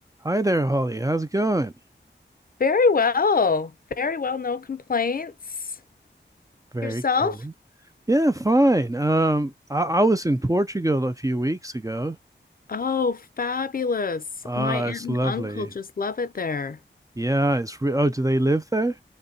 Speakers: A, on the right; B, on the left.
A: Hi there, Holly. How's it going?
B: Very well. Very well. No complaints.
A: Very
B: Yourself?
A: cool. Yeah, fine. Um, I, I was in Portugal a few weeks ago.
B: Oh, fabulous.
A: Ah,
B: My aunt
A: it's
B: and
A: lovely.
B: uncle just love it there.
A: Yeah, it's re- oh, do they live there?